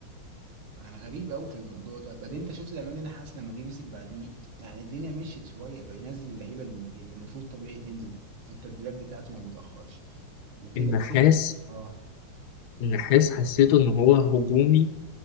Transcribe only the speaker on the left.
النحاس
النحاس حسيته إن هو هجومي